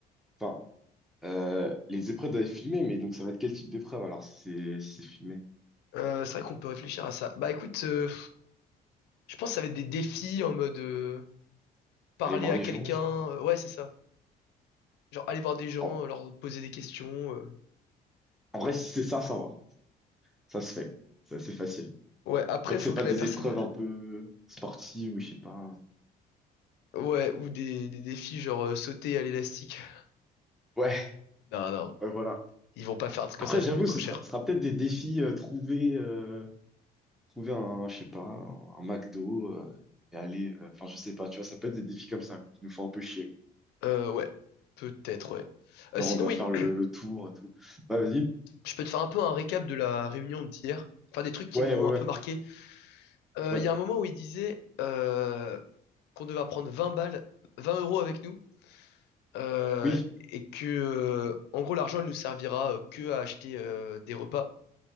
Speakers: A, in the centre; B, on the left.
A: enfin, euh, les épreuves doivent être filmées, mais donc ça va être quel type d'épreuve alors si c'est si c'est filmé?
B: Euh, c'est vrai qu'on peut réfléchir à ça. Bah écoute... euh, Je pense que ça va être des défis en mode euh, parler
A: Aller voir
B: à
A: les
B: quelqu'un.
A: gens? je-
B: euh, ouais, c'est ça. Genre aller voir des gens,
A: Oh,
B: euh, leur poser des questions. euh.
A: En vrai, si c'est ça, ça va, ça se fait, c'est assez facile.
B: Ouais, après,
A: Tant que
B: faut
A: c'est
B: que
A: pas
B: la
A: des
B: personne.
A: épreuves un peu sportives ou je sais pas.
B: euh, ouais, ou des, des défis genre euh, sauter à l'élastique. <laughs>
A: Ouais,
B: Non, non.
A: ouais, voilà.
B: Ils vont pas faire un truc
A: Après,
B: comme ça,
A: j'avoue,
B: ça coûte trop
A: ce
B: cher.
A: sera, ce sera peut-être des défis euh, trouver, euh, trouver un, je sais pas, un, un McDo euh, et aller, euh, enfin, je sais pas, tu vois, ça peut être des défis comme ça qui nous font un peu chier.
B: Euh, ouais. Peut-être, ouais.
A: Genre,
B: Euh, sinon,
A: on doit
B: oui,
A: faire le, le tour et tout. Bah, vas-y.
B: <clears throat> je peux te faire un peu un récap de la réunion d'hier. Enfin, des trucs qui
A: Ouais,
B: m'ont
A: ouais,
B: un
A: ouais,
B: peu marqué. Euh,
A: ouais.
B: Il y a un moment où il disait euh, qu'on devait prendre 20 balles, 20 euros avec nous euh,
A: Oui,
B: et que euh, en gros l'argent elle nous servira euh, que à acheter euh, des repas